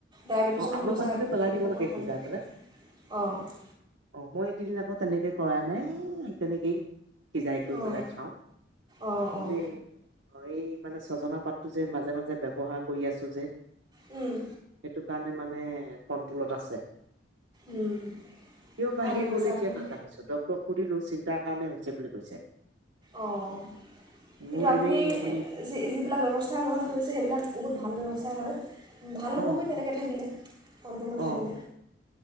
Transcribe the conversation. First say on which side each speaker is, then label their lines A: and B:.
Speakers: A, on the right; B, on the right.
A: ডায়েবেটিছৰ
B: অ' আলু
A: সমস্যা
B: পানীটো
A: <unintelligible>
B: পেলাই
A: সেইবিলাকৰ
B: দিব লাগে
A: কাৰণে
B: সিজাই পেলাই
A: অ'।
B: অ', মই এইকিদিন আকৌ তেনেকে কৰাই নাই <unintelligible> তেনেকেই সিজাই কৰি
A: অঁ
B: পেলাই খাওঁ অ',
A: অঁ
B: <unintelligible>
A: অঁ
B: এ অ', এই মানে ছজনা পাতটো যে মাজে মাজে ব্যৱহাৰ কৰি আছোঁ যে
A: উম।
B: সেটো কাৰণে মানে কন্টোলত আছে।
A: উম।
B: কিয় বাঢ়ি
A: ভালেই হৈছে
B: গ'ল এতিয়া
A: আপোনাৰ
B: নাজানিছোঁ দ তক সুধিলো চিন্তা কাৰণে হৈছে বুলি কৈছে।
A: অ', কিন্তু
B: মোৰ
A: আপুনি
B: এনেই মই
A: যি যিবিলাক ব্যৱস্থা গ্ৰহণ কৰিছে সেইবিলাক বহুত ভাল ব্যৱস্থাই হয়। উম ভাল
B: অ
A: হ'বগৈ তেনেকৈ থাকিলে কন্টলত
B: অ
A: থাকিলে।